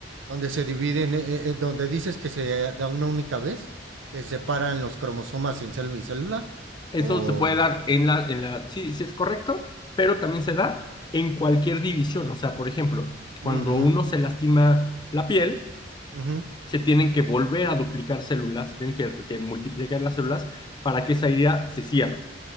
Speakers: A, on the right; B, on the left.
A: donde se dividen, eh, eh, donde dices que se eh, da una única vez, que separan los cromosomas en célula y célula,
B: Eso
A: o...
B: se puede dar en la, en la, sí, sí es correcto, pero también se da en cualquier división. O sea, por ejemplo, cuando
A: Ujú,
B: uno se lastima la piel,
A: ujú,
B: se tienen que volver a duplicar células, se tienen que, que multiplicar las células para que esa idea se cierre.